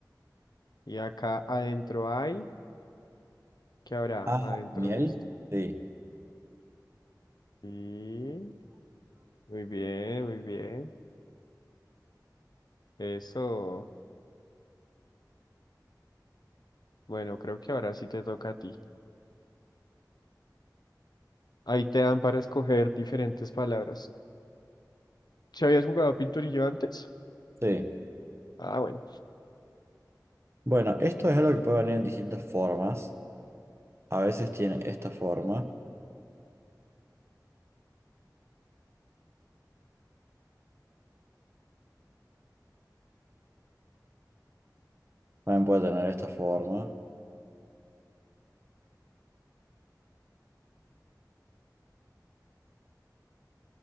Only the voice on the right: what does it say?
Ah,
miel.
Sí,
sí.
Bueno, esto es algo que puede venir en distintas formas. A veces tiene esta forma. También puede tener esta forma.